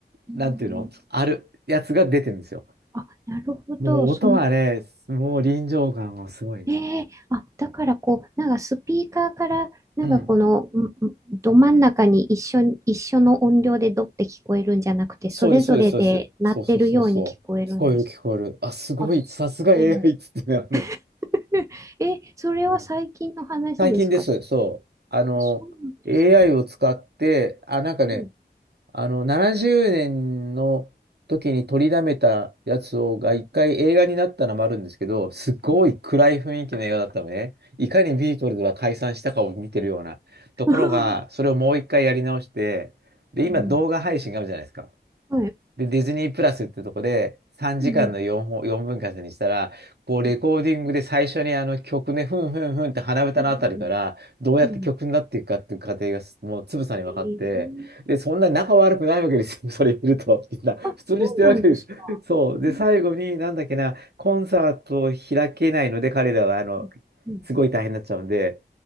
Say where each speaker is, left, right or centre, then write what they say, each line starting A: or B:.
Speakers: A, on the right (about 15°); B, on the right (about 65°).
A: うん、
B: なんていうの、あるやつが出てるんですよ。
A: あ、なるほど、
B: もう音はね、
A: その、うん
B: もう臨場感がすごい。
A: ええあ、だからこう、なんかスピーカーから、なんかこの、
B: うん。
A: んんど真ん中に一緒に、一緒の音量でドって聞こえるんじゃなくて、
B: そうです、
A: それぞれで鳴ってるように聞こえるんです。
B: そうです、そうです。そうそうそうそう。聞こえる、聞こえる。あ、すごい、
A: あ、すごい。
B: さすが AI っつってね。あのね
A: <laughs> え、それは最近の話ですか
B: うん最近です、そう。あの、
A: あ、そうなんですね。
B: AI を使って、あ、なんかね、
A: うん。
B: あの、70年の時に取りだめたやつを、が一回映画になったのもあるんですけど、すごい暗い雰囲気の映画だったのね。
A: はい。
B: いかにビートルズは解散したかを見てるようなところが、
A: <laughs>
B: それをもう一回やり直して、で、今動画配信があるじゃないですか。
A: うんはい。
B: で、ディズニープラスってとこで3時間の4本、
A: うん。
B: 4分割にしたら、こうレコーディングで最初にあの曲ね、
A: うん。
B: ふんふんふんって鼻歌のあたりから、
A: うんうん
B: どうやって曲になっていくかっていう過程がもうつぶさに分かって、
A: うんうんえ
B: で、そんな仲悪くないわけですよ。<laughs> それ見ると、みんな普通にしてるわけです。
A: あ、そうなんですか。
B: そう。で、
A: うん。
B: 最後になんだっけな、コンサートを開けないので、彼らはあの、
A: うん。うん。
B: すごい大変になっちゃうんで、